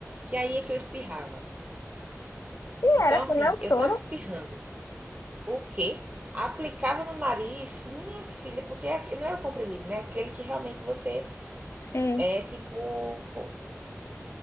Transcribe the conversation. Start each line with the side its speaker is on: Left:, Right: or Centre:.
Right: que aí é que eu espirrava.
Left: E
Right: Então,
Left: era
Right: assim,
Left: com o meu
Right: eu
Left: soro.
Right: tava espirrando. O quê? Aplicava no nariz, minha filha, porque é aque- não é o comprimido, né? Aquele que realmente você
Left: Sim.
Right: é tipo,